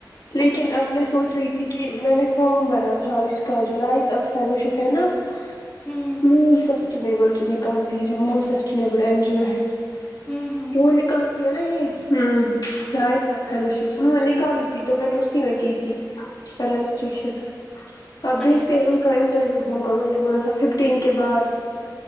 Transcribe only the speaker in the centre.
ہوں
ہوں ہوں ہوں
اچھا
ٹھیک